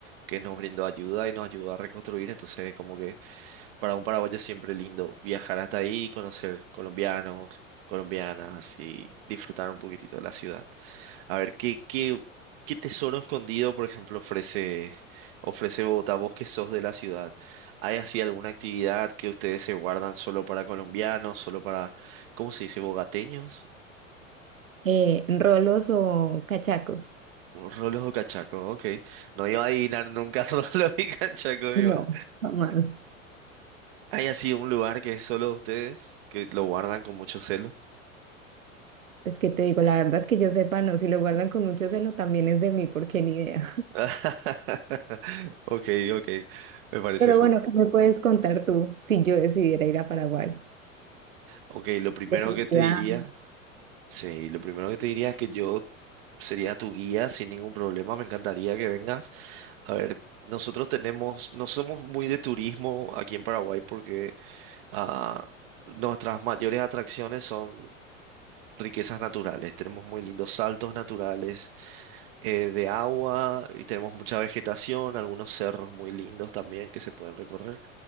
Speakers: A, on the right; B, on the right.
A: que nos brindó ayuda y nos ayudó a reconstruir. Entonces, como que para un paraguayo es siempre lindo viajar hasta ahí y conocer colombianos, colombianas y disfrutar un poquitito de la ciudad. A ver, ¿qué, qué, qué tesoro escondido, por ejemplo, ofrece, ofrece Bogotá? Vos que sos de la ciudad, ¿hay así alguna actividad que ustedes se guardan solo para colombianos, solo para, ¿cómo se dice? ¿Bogateños?
B: Eh, rolos o cachacos.
A: O Rolos o cachacos, ok. No iba a adivinar nunca <laughs> rolos y cachacos
B: No,
A: igual.
B: jamás.
A: ¿Hay así un lugar que es solo de ustedes, que lo guardan con mucho celo?
B: Pues que te digo, la verdad que yo sepa, no, si lo guardan con mucho celo también es de mí, porque <laughs> ni idea.
A: <laughs> Ok, ok, me parece
B: Pero
A: justo.
B: bueno, ¿qué me puedes contar tú si yo decidiera ir a Paraguay?
A: Ok, lo primero
B: De tu
A: que
B: ciudad,
A: te diría... Sí, lo primero que te diría es que yo sería tu guía sin ningún problema. Me encantaría que vengas. A ver, nosotros tenemos, no somos muy de turismo aquí en Paraguay porque ah, nuestras mayores atracciones son riquezas naturales. Tenemos muy lindos saltos naturales eh, de agua y tenemos mucha vegetación, algunos cerros muy lindos también que se pueden recorrer.